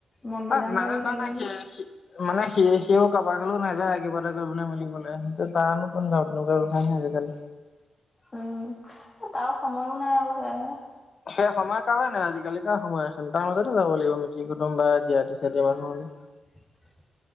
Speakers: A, on the left; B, on the left.
A: মনটো
B: অ
A: দা
B: নাজানো
A: হত আহি পাই
B: তাই
A: নি।
B: সি মানে সি- সিও কাৰোবা গলও নাযায় কিবা এটা কৰিবলে মিলিবলে সেইটো তাৰনো কোন <unintelligible> কথা আহে আজিকালি।
A: উম, এ তাৰ সময়ো নাই আকৌ সেয়াহে।
B: সেই সময় কাৰো নাই আজিকালি কাৰ সময় আছে তাৰ মাজতে যাব লাগিব মিতিৰ কুটুম বা জিয়াতি ছিয়াতি মানুহ আমি।
A: <unintelligible>